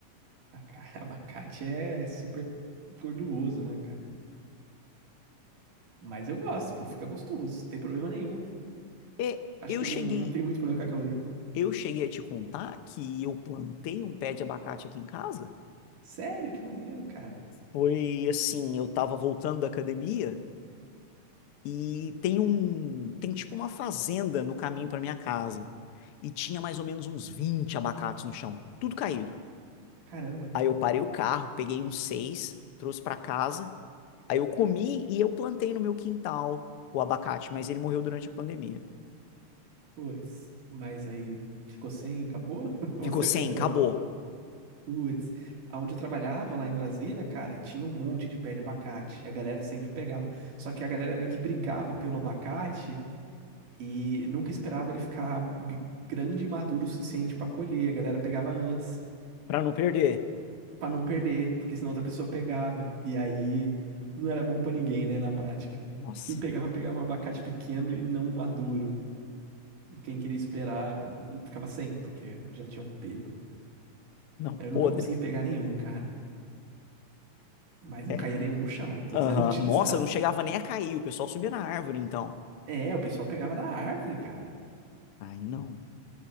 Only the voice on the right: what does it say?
Aca- <laughs> Abacate é super gorduroso, né, cara? Mas eu gosto, pô, fica gostoso, não tem problema nenhum.
Acho
que
eu não, não tenho muito problema com a caloria.
Sério, que maneiro, cara.
Caramba.
Putz, mas aí ficou sem, acabou? <laughs> Ou
você
plantou
outro? Putz, aonde eu trabalhava lá em Brasília, cara, tinha um monte de pé de abacate. A galera sempre pegava. Só que a galera meio que brigava pelo abacate e nunca esperava ele ficar g- grande e maduro o suficiente pra colher. A galera pegava antes.
Pra não perder, porque senão outra pessoa pegava. E aí não era bom pra ninguém, né, na prática.
Quem pegava, pegava um abacate pequeno e não um maduro. E quem queria esperar hum, ficava sem, porque já tinham pego.
Eu
nunca consegui pegar nenhum, cara. Mas não
caía nenhum no chão, todos
eram <laughs> utilizados.
É, o pessoal pegava da árvore, cara.